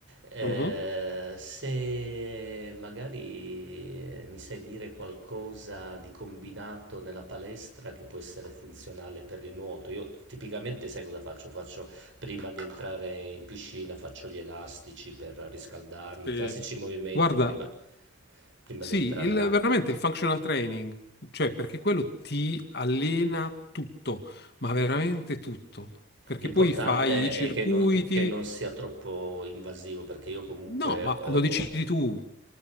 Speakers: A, on the right; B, on the left.
A: eh,
B: Mhm,
A: se magari eh, mi sai dire qualcosa di combinato nella palestra che può essere funzionale per il nuoto. Io tipicamente sai cosa faccio? Faccio Prima di entrare in piscina faccio gli elastici per riscaldarmi,
B: sì.
A: classici movimenti
B: Guarda,
A: prima, prima
B: Sì,
A: di entrare
B: il-
A: in acqua.
B: veramente il functional training, cioè perché quello ti allena tutto, ma veramente tutto, perché
A: L'importante
B: poi fai i circuiti,
A: è che non, che non sia troppo invasivo perché io comunque
B: No, ma
A: ho...
B: lo decidi tu,